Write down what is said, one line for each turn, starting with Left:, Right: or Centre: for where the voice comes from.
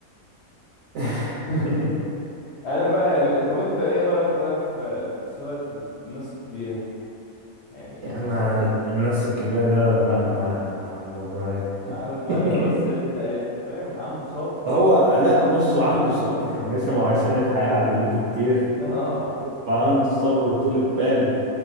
Right: <laughs>
Left: <laughs> انا بقى ال- طب انت ايه رأيك بقى في في سواقة ال- الناس الكبيرة يعني
Right: يعني
Left: الناس
Right: الناس الكبيرة ده دماغنا مبراي
Left: على دماغنا
Right: <laughs>
Left: بس انت انت فاهم عنده صبر
Right: هو لا بص هو
Left: <laughs>
Right: عنده صبر ماشي ما هو عشان الحياة علمته كتير
Left: اه
Right: فعنده صبر وطولة بال